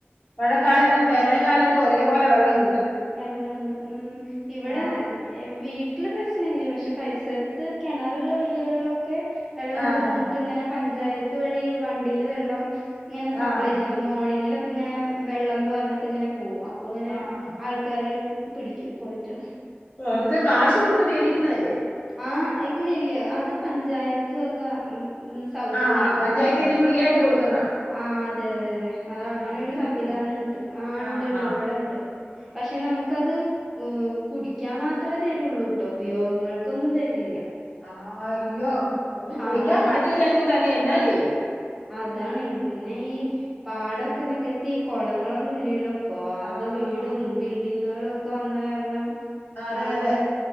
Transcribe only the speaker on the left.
മഴക്കാലത്തും
വേനൽക്കാലത്തും ഒരേ പോലെ വെള്ളം കിട്ടും
ആഹ്
ആഹ്
ആഹ്
ആഹ്
ആഹ്
അതൊക്കെ കാശ് കൊടുത്ത് മേടിക്കുന്നതല്ലേ
ആഹ് പഞ്ചായത്തിന്ന്
ഫ്രീ ആയിട്ട് കൊടുക്കുന്നതാണോ
ആഹ്
അങ്ങനെണ്ടല്ലേ
ആഹ്
ആഹ്
ആ അയ്യോ ഒന്നും കുളിക്കാൻ
പറ്റിയില്ലെങ്കിൽ തന്നെ എന്നാ ചെയ്യും
ആഹ്
ആഹ്
അതെ
അതെ